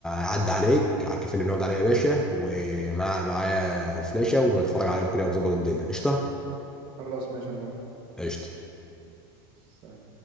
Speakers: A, in the centre; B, on the right (about 45°).
A: عدى عليك على الكافيه اللي بنقعد عليه يا باشا ومع معايا الفلاشه ونتفرج عليهم كده ونظبط الدنيا قشطه
B: خلاص ماشي انا موافق
A: قشطه
B: سلام